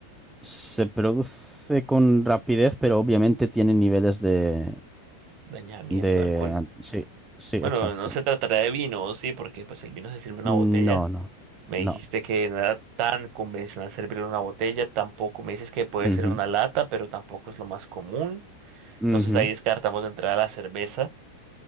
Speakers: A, in the centre; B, on the right (about 40°).
A: Se produce con rapidez, pero obviamente tiene niveles de,
B: Dañamiento
A: de...
B: de alcohol.
A: Sí, sí, exacto.
B: Bueno, no se tratará de vino, sí, porque pues el vino se sirve en una
A: No,
B: botella.
A: no,
B: Me dijiste
A: no.
B: que no era tan convencional servirlo en una botella, tampoco me dices que puede
A: Ujú,
B: ser una lata, pero tampoco es lo más común.
A: ujú.
B: Entonces ahí descartamos de entrada la cerveza.